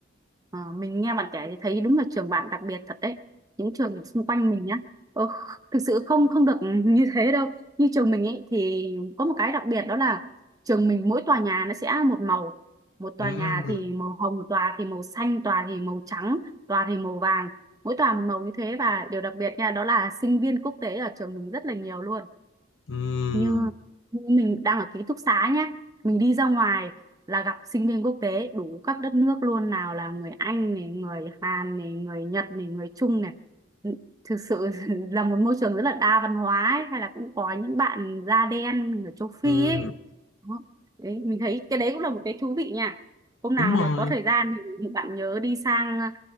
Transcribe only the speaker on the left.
Ừm,
ừm,
ừm,
đúng
rồi